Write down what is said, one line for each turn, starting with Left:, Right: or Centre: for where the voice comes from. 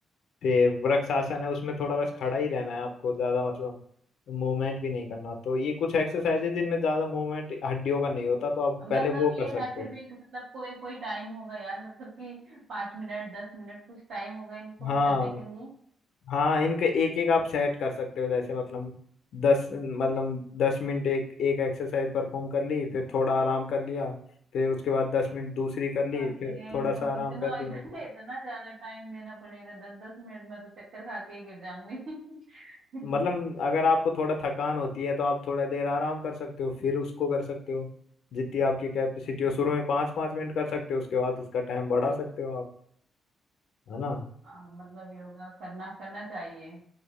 Left: फिर वृक्ष आसन है उसमें थोड़ा बस खड़ा ही रहना है आपको ज्यादा मतलब मूवमेंट भी नहीं करना तो ये कुछ एक्सरसाइज है जिनमें ज्यादा मूवमेंट हड्डियों का नहीं होता तो आप
Right: मतलब
Left: पहले वो
Right: ये
Left: कर सकते
Right: है फिर
Left: हो
Right: भी कि मतलब कोई कोई टाइम होगा यार मतलब कि पांच मिनट दस मिनट कुछ टाइम होगा इनको
Left: हाँ
Right: करने के लिए
Left: हाँ इनके एक एक आप सेट कर सकते हो जैसे मतलब दस मतलब दस मिनट एक एक एक्सरसाइज परफॉर्म कर ली फिर थोड़ा आराम कर लिया फिर उसके बाद दस मिनट दूसरी कर ली
Right: अरे
Left: फिर थोड़ा सा
Right: भाई
Left: आराम
Right: इतना
Left: कर लिया
Right: इतना इतना ज्यादा टाइम देना पड़ेगा दस दस मिनट में तो चक्कर खा के ही गिर जाऊंगी <laughs> इतने
Left: मतलब अगर आपको थोड़ा थकान होती है तो आप थोड़ा देर आराम कर सकते हो फिर उसको कर सकते हो जितनी आपकी कैपेसिटी हो शुरू में पाँच पाँच मिनट कर सकते हो उसके बाद इसका टाइम बढ़ा सकते हो आप है ना
Right: हाँ मतलब योगा करना करना चाहिए